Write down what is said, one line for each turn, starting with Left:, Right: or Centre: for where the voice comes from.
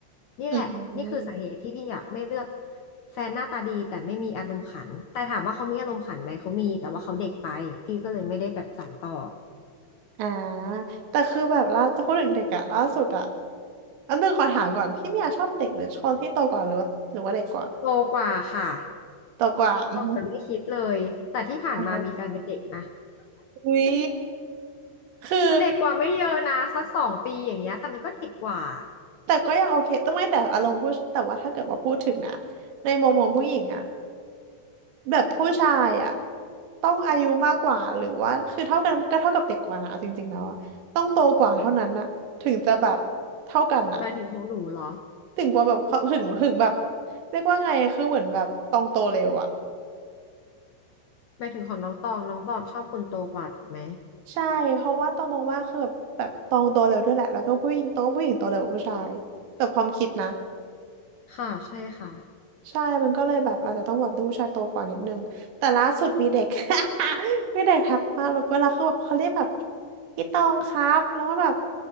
Left: นี่แหละนี่คือสาเหตุที่พี่อยากไม่เลือก
Right: อืม
Left: แฟนหน้าตาดีแต่ไม่มีอารมณ์ขันแต่ถามว่าเขามีอารมณ์ขันไหมเขามีแต่ว่าเขาเด็กไปพี่ก็เลยไม่ได้แบบสานต่อ
Right: อ่าแต่คือแบบล่าจะพูดถึงเด็กอะล่าสุดอะอันนึงก่อนถามก่อนพี่เมียชอบเด็กหรือคนที่โตกว่าหรือว่าหรือว่าเด็กกว่า
Left: โตกว่าค่ะ
Right: โตกว่าอือหือ
Left: ตอบแบบไม่คิดเลยแต่ที่ผ่านมามีแฟนเป็นเด็กนะ
Right: อ่าฮะอุ้ยคือ
Left: แต่เด็กกว่าไม่เยอะนะสักสองปีอย่างเงี้ยแต่มันก็เด็กกว่า
Right: แต่ก็ยังโอเคแต่ไม่แต่อารมณ์ผู้แต่ว่าถ้าเกิดว่าพูดถึงนะในมุมมองผู้หญิงอะ แบบผู้ชายอ่ะต้องอายุมากกว่าหรือว่าคือเท่ากันก็เท่ากับเด็กกว่านะเอาจริงๆแล้วอะต้องโตกว่าเท่านั้นน่ะถึงจะแบบเท่ากันน่ะ
Left: หมายถึงของหนูเหรอ
Right: ถึงกว่าแบบเขาถึงถึงแบบเรียกว่าไงคือเหมือนแบบตองโตเร็วอ่ะ
Left: ไปถึงของน้องตองน้องตองชอบคนโตกว่าถูกไหม
Right: ใช่เพราะว่าตองมองว่าคือแบบแบบตองโตเร็วด้วยแหละแล้วก็ผู้หญิงตองว่าผู้หญิงโตเร็วกว่าผู้ชายแต่ความคิดนะ
Left: ค่ะใช่ค่ะ
Right: ใช่ มันก็เลยแบบอาจจะต้องแบบดูผู้ชายโตกว่านิดนึงแต่ล่าสุดมีเด็ก <laughs> มีเด็กทักมาแล้วเวลาคือแบบเขาเรียกแบบพี่ตองครับ แล้วก็แบบ